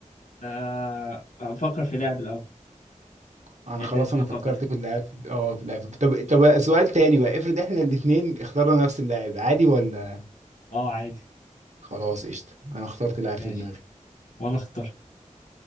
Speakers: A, on the left; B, on the right.
A: آه... أفكر في لاعب الأول
B: انا
A: إحنا
B: خلاص
A: الاتنين
B: انا
A: نفكر
B: فكرت
A: في
B: في اللاعب اه في اللاعب طب طب سؤال تاني بقى افرض احنا الاثنين اخترنا نفس اللاعب عادي ولا
A: أه عادي
B: خلاص قشطة انا اخترت لاعب
A: ماشي
B: في دماغي
A: وأنا أختار